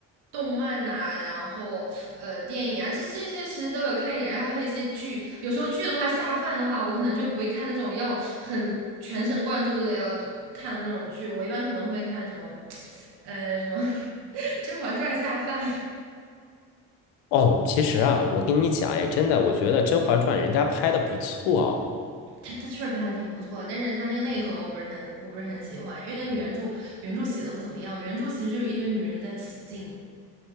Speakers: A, on the right; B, on the left.
A: 动漫呐、然后呃电影啊，这这些其实都有看一点。然后还有一些剧，有时候剧的话下饭的话，我可能就不会看那种要很全神贯注的要看的那种剧。我一般可能会看什么呃什么 <laughs>《甄嬛传》下饭。
B: 哦，其实啊，我跟你讲，哎，真的，我觉得《甄嬛传》人家拍的不错
A: 它它确实拍的挺不错的，但是它那个内核我不是很我不是很喜欢，因为那个原著原著写的不怎么样，原著其实就是一堆女人在雌竞。